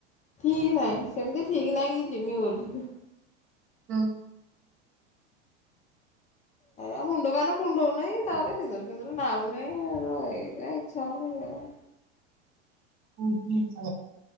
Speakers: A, on the left (about 20°); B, on the right (about 35°).
A: ଠିକ ନାହିଁ ସେମିତି ଠିକ ନାହିଁ କି ଜିମି ବୋଲି।
B: ହୁଁ।
A: ହଁ ଏ ମୁଣ୍ଡ କାନ କୁଣ୍ଡଉନେଇଁ। ତାଲେ ସିନ୍ଦୁର ଫିନ୍ଦୁର ନାଉ ନାହିଁ ଏଇତି ପାଇଁ ଇଛା ହଉନେଇ ଯିବାପାଇଁ।
B: ହୁଁ <unintelligible>